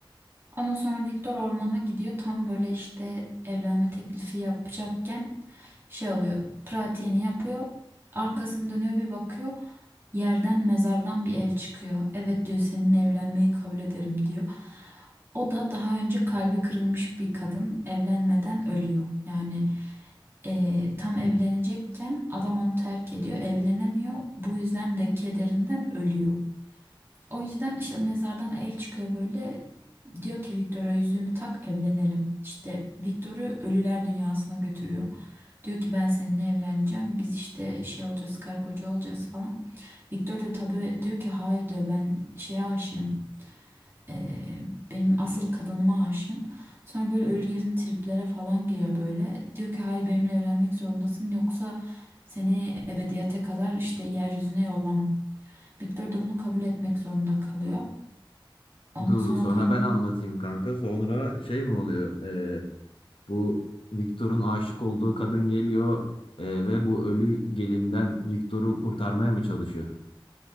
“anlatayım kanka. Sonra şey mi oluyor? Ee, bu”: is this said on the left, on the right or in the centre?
Left